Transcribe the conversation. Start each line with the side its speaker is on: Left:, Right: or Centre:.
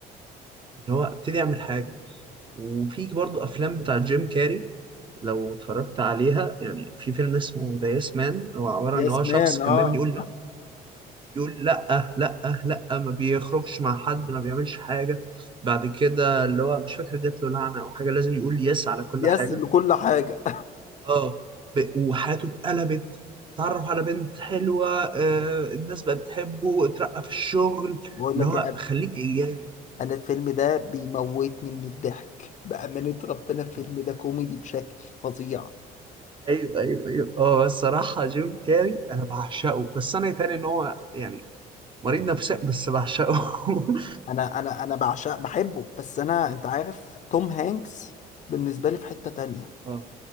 Right: اللي هو ابتدي اعمل حاجة وفي برضو أفلام بتاع جيم كاري لو اتفرجت عليها يعني في فيلم اسمه ذا يس مان هو عبارة
Left: يس
Right: عن إن هو شخص
Left: مان
Right: كان
Left: أه
Right: دايما يقول لأ يقول لا لا لا ما بيخرجش مع حد ما بيعملش حاجة بعد كده اللي هو مش فاكر جات له لعنة أو حاجة لازم يقول يس على كل
Left: يس
Right: حاجة
Left: لكل حاجة
Right: اه ب- وحياته اتقلبت اتعرف على بنت حلوة آه، الناس بقت بتحبه اترقى في الشغل
Left: <laughs> بقول
Right: اللي
Left: لك
Right: هو
Left: إيه يا قلبي،
Right: خليك إيجابي
Left: أنا الفيلم ده بيموتني من الضحك بأمانة ربنا الفيلم
Right: <laughs>
Left: ده كوميدي بشكل فظيع
Right: ايوه ايوه ايوه هو الصراحة جيم كاري أنا بعشقه بس أنا يتهيألي إن هو يعني مريض نفسي بس بعشقه <laughs>
Left: انا انا انا بعشق بحبه بس انا انت عارف توم هانكس بالنسبه لي في حته تانية
Right: اه